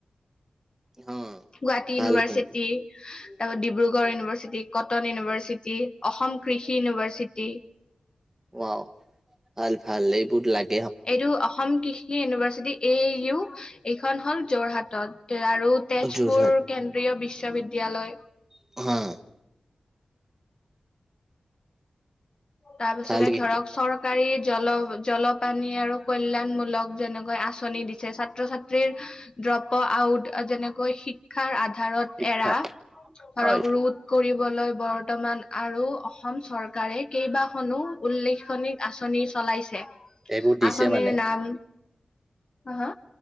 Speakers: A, on the right (about 20°); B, on the left (about 40°).
A: <unintelligible>
B: গুৱাহাটী
A: ভাল
B: ইনভাৰ্চিটি
A: কিন্তু
B: তাৰপা Dibrugarh university, cotton university Assam কৃষি ইউনিভাৰ্চিটি।
A: ৱাওঁ ভাল ভাল এইবোৰ্ড লাগ
B: এইটো অসম কৃষ ষি ইউনিভাৰ্চিটি এ ইউ এইখন হ'ল যোৰহাটত এ, আৰু তেজপুৰ
A: যোৰহাট
B: কেন প্ৰিয় বিশ্ববিদ্যালয়।
A: <unintelligible>
B: তাৰ পিছতে
A: ভাল কিন্তু
B: ধৰক চৰকাৰী জল জলপানী আৰু কল্যাণমূলক যেনেকৈ আঁচনি দিছ চে‌ ছাত্ৰ ছাত্ৰীৰ ড্ৰপ আউট যেনেকৈ শিক্ষাৰ আধাৰত
A: শিক্ষা
B: এৰা, ধৰক
A: হয়
B: ৰোট কৰিবলৈ বৰ্তমান আৰু অসম চৰকাৰে কেইবাখনো উল্লেখনিক আঁচনি চলাইছে।
A: এইবোৰ দিছে
B: আঁচনী
A: মানে
B: নাম, হা হা